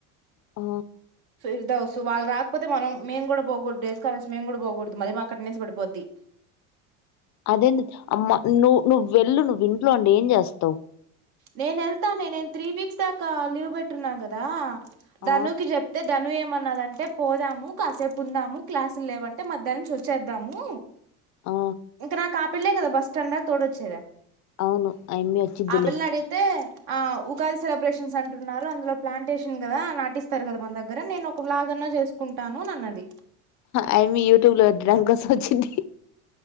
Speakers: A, on the left; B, on the right.
A: ఆ
B: ఫిర్ వాళ్ళు రాకపోతే మనం మేము కూడా పోకూడదు డెస్కాలర్స్ మేము కూడా పోకూడదు మళ్ళీ మాకు అటెండెన్స్ పడిపోద్ది
A: అదేంటి అమ్మా నువ్వు నువ్వు వెళ్ళు నువ్వు ఇంట్లో ఉండి ఏం చేస్తావ్
B: నేను వెళ్తానే నేను త్రీ వీక్స్ దాకా లీవ్ పెట్టున్నాను కదా
A: ఆ
B: ధనుకి చెప్తే ధను ఏమన్ న్నదంటే పోదాము కాసేపు ఉందాము క్లాసులు లేవంటే మధ్యాహ్నం నుంచి వచ్చేద్దాము
A: ఆ
B: ఇంకా నాకు ఆ పిల్లే కదా బస్ స్టాండ్ దాకా తొడుచ్చేద
A: అవును అయమ్మి వచ్చిద్దలే
B: పిల్ల అడిగితే ఆ ఉగాది సెలబ్రేషన్స్ అంటున్నారు అందులో ప్లాంటేషన్ కదా నటిస్తారు కదా మన దగ్గర నేను ఒక బ్లాగ్ అన్నా చేసుకుంటాను అన్నది
A: అయిమ్మీ యూట్యూబ్ లో పెట్టడానికోసం వచ్చింది